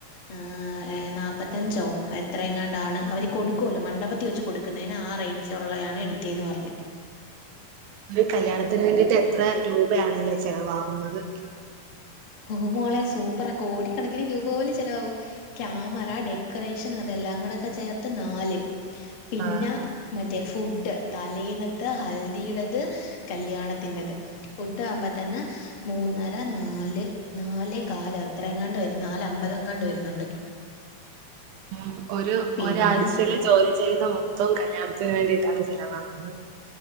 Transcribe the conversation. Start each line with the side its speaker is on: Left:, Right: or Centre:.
Left: ഹ് നാപ്പത്തഞ്ചോ എത്രയുംങ്ങാണ്ടാണ് അവര്കൊട്ക്കോല്ലോ മണ്ഡപത്തിവെച്ച് കൊടുക്ക്‌ ട്ക്കുന്നേന് ആ റേയ്ഞ്ച് ഉള്ളെയാണ് എടുത്തേന്ന്പറ്ഞ്ഞ്
Right: ഒരുകല്യാണത്തിന് വേണ്ടിട്ട് എത്ര രൂപയാണല്ലേ ചെലവാവുന്നത്
Left: ഹൊമോളെ സൂപ്പറാ കോടിക്കണക്കിന് രൂപപോലെ ചെലവാവു ക്യാമറ ഡെക്കറേഷൻ അതെല്ലാംകൂടെക്കെചേർത്ത്നാല് പിന്നെ
Right: ആഹ്
Left: മറ്റേഫുഡ് തലേനത്തെഹൽദിയിടത് കല്യാണത്തിന്റത് ഫുഡ്ഡാവ്മ്പതന്നെ മൂന്ന നാല് നാലേകാലോ എത്രയുംങ്ങാണ്ട് വരും നാലമ്പതങ്ങാണ്ട് വെരുന്നുണ്ട്
Right: ഉം ഒരുഒരാഴ്ചയില്
Left: പിന്നെ
Right: ജോലിചെയ്യുന്ന മൊത്തംകല്യാണത്തിന് വേണ്ടിട്ടാണ്ചെലവാവുന്നെ